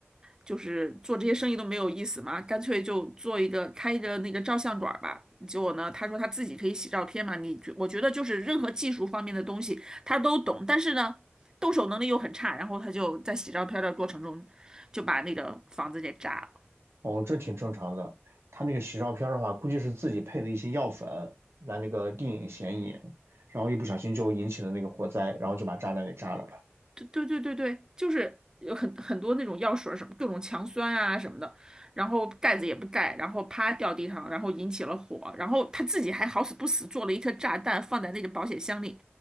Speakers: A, on the right (about 15°); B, on the right (about 70°).
A: 就是做这些生意都没有意思嘛，干脆就做一个开一个那个照相馆儿吧。结果呢，他说他自己可以洗照片嘛，你觉我觉得就是任何技术方面的东西他都懂，但是呢，动手能力又很差，然后他就在洗照片的过程中就把那个房子给炸了。
B: 哦，这挺正常的。他那个洗照片儿的话，估计是自己配的一些药粉来那个定影显影，然后一不小心就引起了那个火灾，然后就把炸弹给炸了吧。
A: 对对对对对，就是有很很多那种药水儿什么各种强酸啊什么的，然后盖子也不盖，然后啪掉地上，然后引起了火，然后他自己还好死不死做了一颗炸弹放在那个保险箱里，